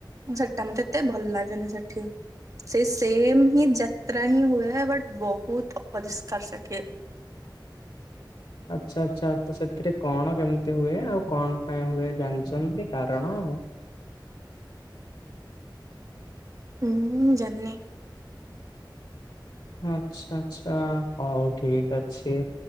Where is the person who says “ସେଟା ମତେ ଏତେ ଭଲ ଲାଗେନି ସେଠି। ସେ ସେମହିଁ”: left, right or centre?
Right